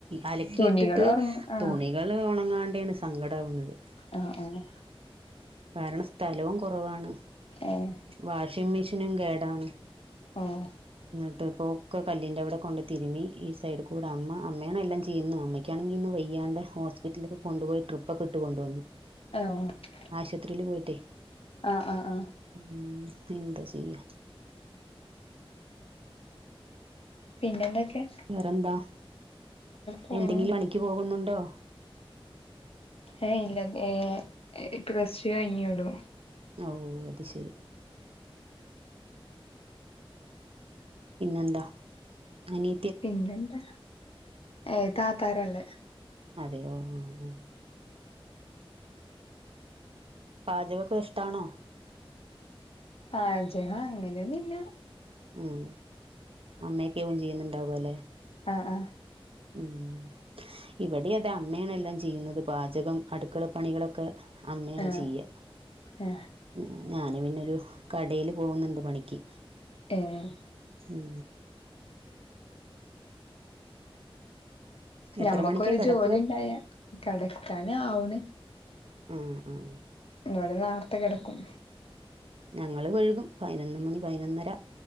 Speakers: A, on the right; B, on the left.
A: അലക്കിയിട്ടിട്ട്
B: തുണികൾ ഉറങ്ങ ആ
A: തുണി കള് ഒണങ്ങാണ്ടേണ് സങ്കടാവുന്നത്.
B: ആഹ് ആഹ്
A: കാരണം സ്ഥലവും കൊറവാണ്
B: ഏഹ്
A: വാഷിംഗ് മിഷിനും കേടാണ്.
B: ആഹ്
A: ന്നിട്ട് ഇപ്പോക്കെ കല്ലീൻ്റെ അവടെ കൊണ്ട് തിരുമി ഈ സൈഡ് കൂടെ അമ്മ അമ്മേണ് എല്ലം ചെയ്യുന്ന് അമ്മയ്ക്കാണെങ്കി ഇന്ന് വെയ്യാണ്ടേ ഹോസ്പിറ്റില്ക്കെ കൊണ്ട്പോയി ട്രിപ്പൊക്കെട്ട്കൊണ്ടുവന്നു.
B: <unintelligible>
A: ആശുപത്രില് പോയിട്ടേ
B: ആ ആ ആ
A: ഉം എന്താ ചെയ്യാ.
B: പിന്നെ എന്തക്കെ.
A: വേറെന്താ
B: പോണു
A: എന്തെങ്കിൽ പണിക്ക് പോവുന്നുണ്ടോ.
B: ഏയ് ഇല്ല ഏഹ് പ്ലസ് ടൂ കഴിഞ്ഞേ ഉള്ളു
A: അവൂ അത് ശരി പിന്നെന്താ അനി
B: പിന്നെന്താ ഏഹ് താത്താരാള്ളെ
A: അതേയോ ആഹ് ആഹ് പാചകൊക്കെ ഇഷ്ടാണോ
B: പാചകം അങ്ങനെയൊന്നില്ല
A: ഉം അമ്മയക്കാവും ചെയ്യുന്നുണ്ടാവല്ലെ
B: ആഹ് ആഹ്
A: ഉം ഇവിടെ അതാ അമ്മയാണ്ല്ലാം ചെയ്യുന്നത് പാചകം അടുക്കളപ്പണികളൊക്കെ അമ്മയാണ്
B: ആ
A: ചെയ്യാ
B: ആ
A: ഉം ഞാന് പിന്നെരു കടേല് പോവുന്നുണ്ട് പണിക്ക്
B: ഏഹ്
A: ഉം
B: ഞമ്മക്കൊരു
A: എത്ര മണിക്കാ കിടക്കുക
B: ജോലി ഉണ്ടായ കടക്കാന് ആവണ്
A: ഉം ഉം
B: ഇവടെ നാർത്തെ കെടക്കും
A: ഞങ്ങള് വെഴ്കും പയ്നൊന്ന് മണി പയ്നൊന്നെര